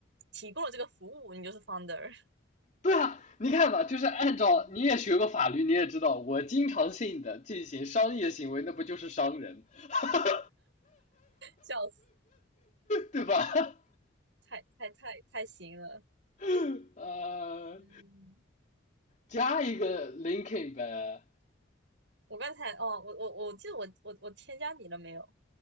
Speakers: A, on the right; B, on the left.
A: 提供了这个服务，你就是 founder，
B: <laughs> 对啊，你看嘛，就是按照你也学过法律，
A: 嗯
B: 你也知道，我经常性的进行商业行为，那不就是商人，<laughs> 哈哈哈
A: 笑死，
B: 对吧？
A: 太太太太行了。
B: <laughs> 呃，
A: 嗯，
B: 加一个 linking 呗，
A: 我刚才哦，我我我记得我我我添加你了没有？